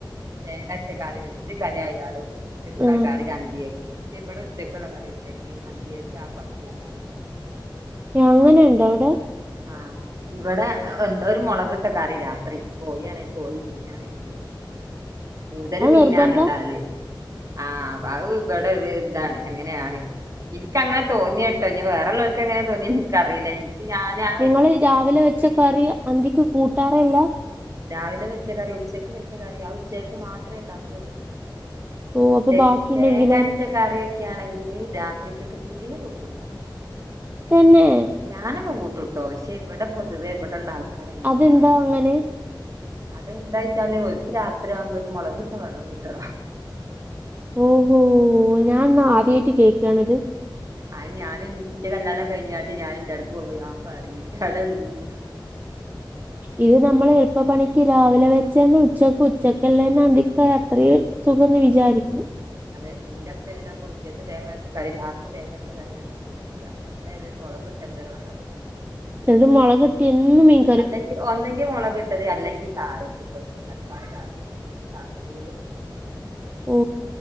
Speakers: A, on the right; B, on the right.
A: തേങ്ങാച്ചക്കറി എന്ത് കറി ആയാലും ഉച്ചക്കുള്ള
B: ആ
A: കറി അന്തിയെക്ക് വച്ചേ ഇവിടെ ഉച്ചക്കുള്ള കറി ഉച്ചക്ക് അന്തിയക്ക് താ കറി കൂട്ടൂല
B: ഏഹ് അങ്ങനെണ്ടോ അവിടെ
A: ആഹ് ഇവിടെ എന്തോ ഒരു മൊളകിട്ട കറി രാത്രി കോഴിയാണെങ്കി കോഴീ മീനാണെ മീന് കൂടുതൽ
B: അത്
A: മീനാണ്
B: നിർബന്ധ
A: ഇണ്ടാകൽ ആഹ് വാവ് ഇബടെ ഒരു ഇതാണ് അങ്ങനാണ് ഇനക്കങ്ങനെ തോന്നിയട്ടോ നി വേറ ഉള്ളൾക്ക് എങ്ങനെ തോന്നി നിക്കറിയില്ല ഇ ഇത് ഞാനാ
B: നിങ്ങള് രാവിലെ വെച്ച കറി അന്തിക്ക് കൂട്ടാറേല്ല
A: രാവിലെ വെച്ച കറി ഉച്ചക്ക് വെച്ച കറി ആ ഉച്ചകക്ക് മാത്രേ ഉണ്ടാക്കുള്ളൂ
B: ഓ അപ്പൊ
A: തേ
B: ബാക്കിയുണ്ടെങ്കിലോ
A: തേങ്ങ അരച്ച കറിയൊക്കെ ആണെങ്കില് രാത്രിക്കക്ക് തീരെ കൂട്ടൂല
B: തന്നെ
A: ഞാനക്കെ കൂട്ടൂട്ടോ ക്ഷെ ഇവിടെ പൊതുവേ ഇവിടെള്ള ആൾക്കാര അങ്ങനാണ്
B: അതെന്താ അങ്ങനെ
A: അതെന്താച്ചാല് ഓര്ക്ക് രാത്രി ആകുമ്പോ ഒരു മൊളകിട്ട വെള്ളം കിട്ടണം
B: ഓഹോ ഞാൻ ന്നാ ആധ്യായിട്ട് കേൾക്കാണിത്
A: അത് ഞാനൻ ഇന്റെ കല്യാണം കഴിഞ്ഞട്ട്ഞാന ഇന്റെ ഇടക്ക് പോമ്പോ ഞാൻ പറി ലടിണ്ട്
B: ഇത് നമ്മൾ എളുപ്പപ്പണിക്ക് രാവിലെ വെച്ച ന്നെ ഉച്ചക്ക് ഉച്ചക്കല്ല ന്നെ അന്തിക്ക അത്രയും സുഖന്ന് വിചാരിക്കൂ
A: ആ അതെ ഇൻന്റെ ഹസ്ബന്റിനൊക്കെ ഉച്ചയ്ക്ക് തേങ്ങാച്ച കറി രാത്രി തേങ്ങാച്ച കറിയാണെങ്കിലും കൂട്ടുല എന്തായാലൊരു മൊളകിട്ട് എന്തൊരു വെള്ളം കിട്ടണം
B: എന്നട്ട് മുളകിട്ടിയാ എന്നും മീൻ
A: അല്ലെങ്കിൽ ഒ അങ്കി മുളകിട്ടത് അല്ലെങ്കിൽ താളി പ്പ് പോ താ താപ്പ് അ താളിപ്പുകള്
B: ഓ